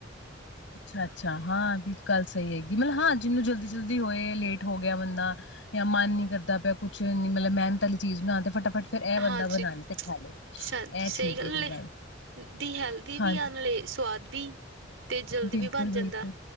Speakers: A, on the left; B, on the right.
A: ਅੱਛਾ -ਅੱਛਾ ਹਾਂ ਇਹ ਤਾ ਗੱਲ ਸਹੀ ਹੈਗੀ, ਮਤਲਬ ਹਾਂ ਜਿਹਨੂੰ ਜਲਦੀ- ਜਲਦੀ ਹੋਏ ਲੇਟ ਗਿਆ ਬੰਦਾ। ਜਾਂ ਮਨ ਨੀ ਕਰਦਾ ਪਿਆ ਕੁੱਛ ਨੀ ਮਤਲਬ ਮਿਹਨਤ ਵਾਲੀ ਚੀਜ਼ ਬਣਾ ਤੇ ਫਟਾ ਫ ਫਿਰ ਇਹ ਬੰਦਾ
B: ਹਾਂਜੀ
A: ਬਣਾ ਲੈ ਤੇ ਖਾ ਲੈ
B: ਹਾਂਜੀ
A: ਇਹ
B: ਸਹੀ
A: ਠੀਕ, ਇਹ
B: ਏ
A: ਗੱਲ।
B: ਦੀ ਹੈਲਦੀ
A: ਹਾਂਜੀ
B: ਵੀ ਆ ਨਾਲੇ ਸਵਾਦ ਵੀ ਤੇ ਜਲਦੀ
A: ਬਿਲਕੁਲ-ਬਿਲਕੁਲ
B: ਵੀ ਬਣ ਜਾਂਦਾ